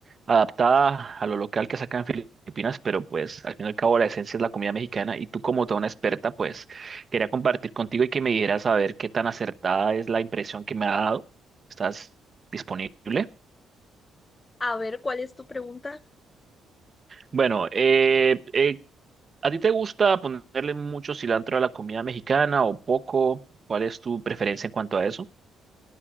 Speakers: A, on the right; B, on the left.
A: adaptada a lo local que sacan en Filipinas, pero pues al fin y al cabo la esencia es la comida mexicana y tú como toda una experta, pues quería compartir contigo y que me dijeras a ver qué tan acertada es la impresión que me ha dado. ¿Estás disponible?
B: a ver, ¿cuál es tu pregunta?
A: Bueno, eh, eh. ¿A ti te gusta ponerle mucho cilantro a la comida mexicana o poco? ¿Cuál es tu preferencia en cuanto a eso?